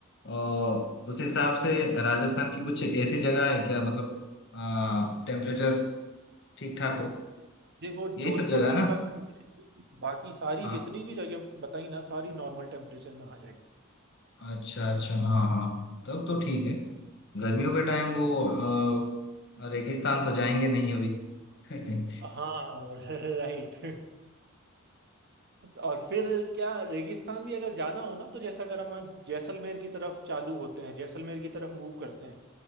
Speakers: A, on the left; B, on the right.
A: अ, उस हिसाब से राजस्थान की कुछ ऐसी जगह है क्या मतलब आ, टेम्परेचर ठीक ठाक हो
B: देखो जोधपुर
A: यही सब जगह
B: में
A: है ना
B: थोड़ा गर्मी रहेगी बाकी सारी
A: हाँ
B: जितनी भी जगह मैंने बताई ना सारी नॉर्मल टेम्परेचर में आ जाएगी
A: अच्छा अच्छा हाँ हाँ तब तो ठीक है गर्मियों के टाइम वो अ, रेगिस्तान तो जाएंगे नहीं अभी <laughs>
B: हाँ <laughs> राइट और फिर क्या रेगिस्तान भी अगर जाना हो ना तो जैसे अगर हम जैसलमेर की तरफ चालू होते हैं जैसलमेर की तरफ मूव करते हैं